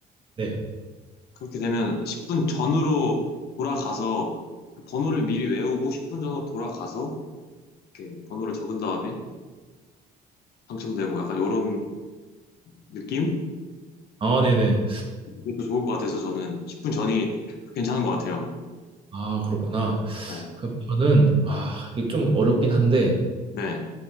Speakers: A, on the right (about 30°); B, on the left (about 70°).
A: 네.
B: 그렇게 되면 10분 전으로 돌아가서 그 번호를 미리 외우고 10분 전으로 돌아가서 이렇게 번호를 적은 다음에 당첨되고 약간 이런 느낌?
A: 아, 네네.
B: 이것도 좋을 것 같아서 저는 10분 전이 괜찮은 것 같아요.
A: 아, 그렇구나.
B: 네.
A: 그 저는 아, 이게 좀 어렵긴 한데
B: 네.